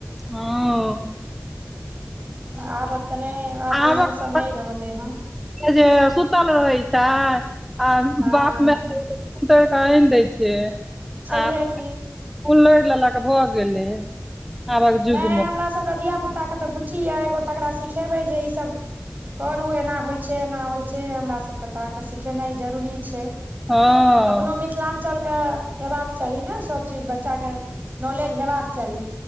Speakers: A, in the centre; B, on the right.
A: हँ।
B: आब ओतने आब
A: आबक
B: तऽ ओहन सन नहि रहले हँ।
A: जे सुतल रहै छैय आ
B: हँ
A: बाप मैय <unintelligible> आएन दै छैय
B: छैहे
A: आ फूल
B: की
A: लोहिड़ लेल कऽ भऽ गेलै आबक युगमे
B: नहि हमर सभके धियापुता के तऽ बुची य एगो तकरा सिखेबै जे ईसभ। करू एना होइ छै, एना होइ छै, हमरासके तऽ अहाँकेँ सिखेनाइ जरूरी छै।
A: हँ
B: अपनो मिथिलांचल अयबाक चाही न सभ। चीज बच्चाके नॉलेज हेबाक चाही।